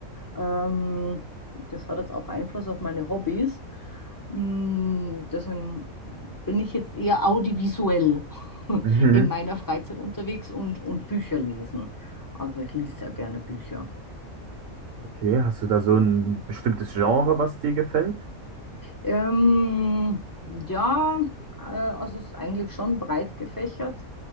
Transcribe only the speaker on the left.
Ähm, das hat jetzt auch Einfluss auf meine Hobbys. Mm, deswegen bin ich jetzt eher audiovisuell <laughs>
in meiner Freizeit unterwegs und, und Bücher lesen. Also ich lese sehr gerne Bücher.
Ähm, ja, äh, also es ist eigentlich schon breit gefächert.